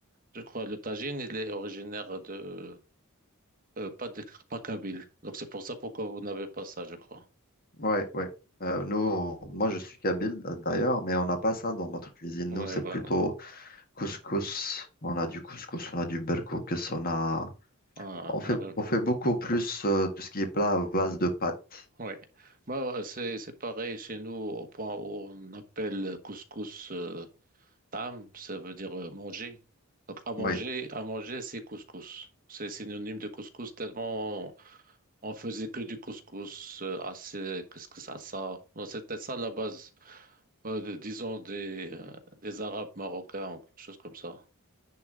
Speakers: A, on the right (about 40°); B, on the left (about 40°).
A: Je crois le Tagine, il est originaire de euh, pas de pas Kabyle. Donc c'est pour ça pourquoi vous n'avez pas ça, je crois.
B: Oui, oui. Euh, nous, on- moi, je suis Kabyle euh, d'ailleurs, mais on n'a pas ça dans notre cuisine.
A: Ouais,
B: Nous, c'est
A: voilà.
B: plutôt couscous. On a du couscous, on a du berkoukes, on a...
A: Ah,
B: On fait,
A: la même.
B: on fait beaucoup plus euh, tout ce qui est plat à base de pâtes.
A: Oui, bah, ouais, c'est c'est pareil chez nous au point où on appelle couscous euh, Tam, ça veut dire euh, manger. Donc, à manger,
B: Oui,
A: à manger, c'est couscous. C'est synonyme de couscous tellement on faisait que du couscous euh, assez, qu'est-ce que ça, ça. Non, C'était ça la base, euh, de- disons, des, euh, des Arabes marocains ou quelque chose comme ça.